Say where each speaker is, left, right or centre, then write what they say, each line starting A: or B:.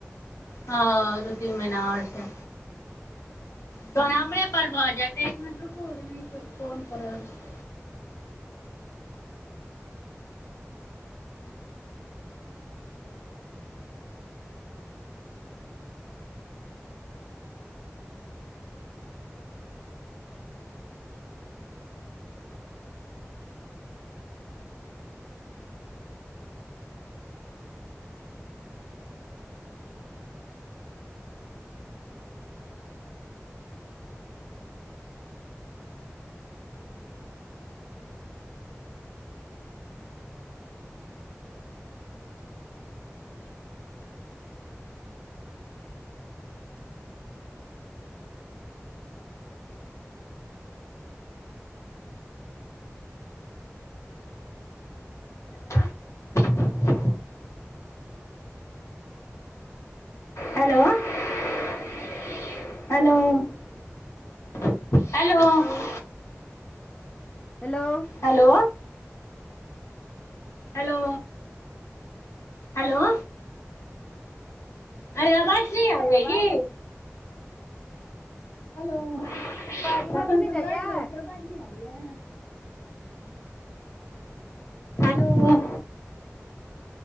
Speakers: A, on the left; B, on the left.
A: ह दू तीन महिना आओर छै।
B: हँ।
A: <unintelligible> पर भऽ जाइते एक मिनट रुकु एक <unintelligible> केँ फोन कऽ रहल छी। <inaudible> हेलो? <unintelligible> hello hello?
B: हँ Hello
A: <unintelligible>
B: hello?
A: Hello? Hello? Hello? अरे आवाज नहि
B: नय
A: आबैये
B: जाय आबाज।
A: की हेलो तखन
B: आवाज इम्हर से
A: स
B: नहि
A: हम
B: जाइया
A: बाजि रहल छिय आवाज नय आबैय हेलो?